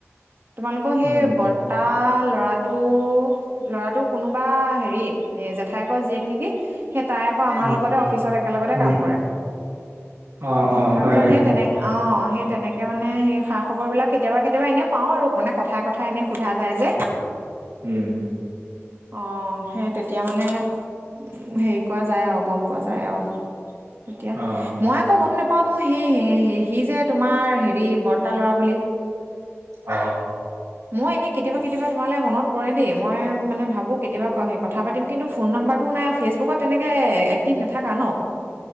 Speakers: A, on the right; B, on the right.
A: তোমালোকৰ সেই
B: উম
A: বৰ্তা ল'ৰাটো ল'ৰাটো কোনোবা হেৰি এ, জেঠাইকৰ জীয়েক নেকি সেই তাই আকৌ আমাৰ
B: উম
A: লগতে অফিচত একেলগতে
B: উম
A: কাম কৰে,
B: অ অ
A: তাৰপিছত
B: হয় নি
A: সেই তেনে অ'। অ, সেই তেনেকে মানে সেই সা খবৰ বিলাক কেতিয়াবা, কেতিয়াবা এনে পাওঁ আৰু মানে কথাই, কথা কথা এনেই সোধা যায় যে
B: উম।
A: অ, সেই তেতিয়া মানে উ, হেৰি কৰা যায় আৰু গম পোৱা যায় আৰু তেতিয়া
B: অ
A: মই আকৌ গম নোপাও নহয় সেয়েয়ে সে স, যে তোমাৰ হেৰি বৰ্তা ল'ৰা বুলি
B: অ
A: মই এনেই কেতিয়াবা, কেতিয়াবা তোমালৈ মনত পৰে দ মই ভাবো কেতিয়াবা সেই কথা পাতিম কিন্তু ফোন নম্বাৰটো একো নাই ফেচবুকত তেনেকৈ এক্টিভ নাথাকা ন।